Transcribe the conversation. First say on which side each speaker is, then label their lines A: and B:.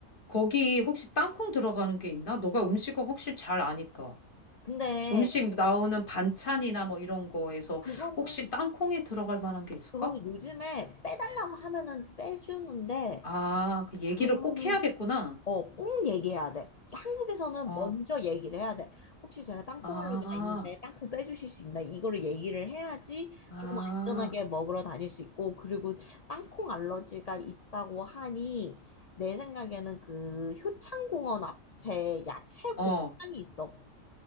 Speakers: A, on the left (about 40°); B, on the left (about 75°).
A: 거기 혹시 땅콩 들어가는 게 있나? 너가 음식을 혹시 잘 아니까.
B: 근데
A: 음식 나오는 반찬이나 뭐 이런 거에서
B: 그거는
A: 혹시 땅콩이 들어갈 만한 게 있을까?
B: 그거는 요즘에 빼달라고 하면은 빼주는데
A: 아, 그 얘기를
B: 그
A: 꼭 해야겠구나.
B: 어, 꼭 얘기해야 돼. 한국에서는
A: 어,
B: 먼저 얘기를 해야 돼. 혹시 제가 땅콩
A: 아,
B: 알러지가 있는데 땅콩 빼주실 수 있나? 이거를 얘기를 해야지
A: 아,
B: 조금 안전하게 먹으러 다닐 수 있고, 그리고 땅콩 알러지가 있다고 하니, 내 생각에는 그 효창공원 앞에 야채
A: 어,
B: 곱창이 있어.